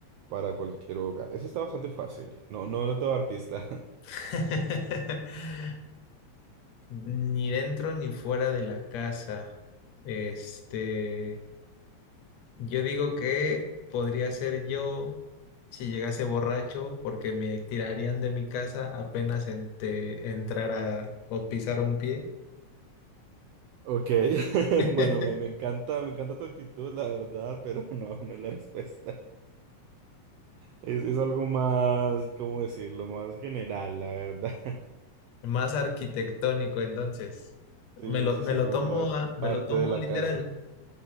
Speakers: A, on the right (about 80°); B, on the left (about 70°).
A: para cualquier hogar. Ese está bastante fácil. No, no, no te voy a dar pista. <laughs>
B: <laughs> Ni dentro ni fuera de la casa. Este, yo digo que podría ser yo si llegase borracho, porque me tirarían de mi casa apenas ente- entrara o pisara un pie.
A: Ok, <laughs>
B: <laughs>
A: bueno, me, me encanta, me encanta tu actitud, la verdad, pero <laughs> no, no es la respuesta. Es, es algo más, ¿cómo decirlo? Más general, la verdad. <laughs>
B: Más arquitectónico, entonces.
A: Sí,
B: Me lo,
A: sí,
B: me
A: sí,
B: lo
A: como
B: tomo,
A: más
B: a- me
A: parte
B: lo tomo
A: de la
B: literal.
A: casa.